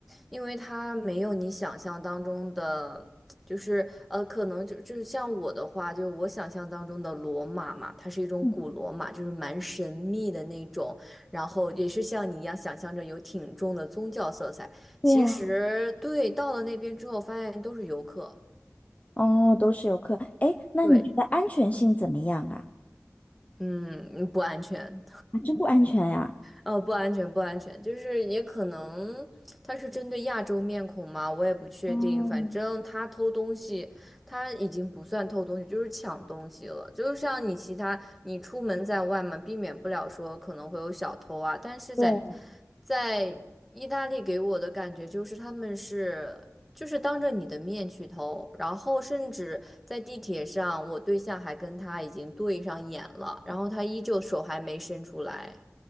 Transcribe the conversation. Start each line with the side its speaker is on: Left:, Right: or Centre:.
Centre: 因为它没有你想象当中的，就是呃，可能就就是像我的话，就是我想象当中的罗马嘛，它是一种古罗马，
Left: 嗯，
Centre: 就是蛮神秘的那种，然后也是像你一样想象着有挺重的宗教色彩。
Left: 对呀，
Centre: 其实对，到了那边之后发现都是游客，
Left: 哦，都是游客。诶，那你觉得安全性怎么样啊？
Centre: 对，嗯，不安全。
Left: 啊，真不安全呀。
Centre: 哦，不安全，不安全，就是也可能他是针对亚洲面孔嘛，我也不确定。
Left: 嗯，
Centre: 反正他偷东西，他已经不算偷东西，就是抢东西了。就像你其他，你出门在外嘛，避免不了说可能会有小偷啊。但是在
Left: 对。
Centre: 在意大利给我的感觉就是他们是就是当着你的面去偷，然后甚至在地铁上，我对象还跟他已经对上眼了，然后他依旧手还没伸出来，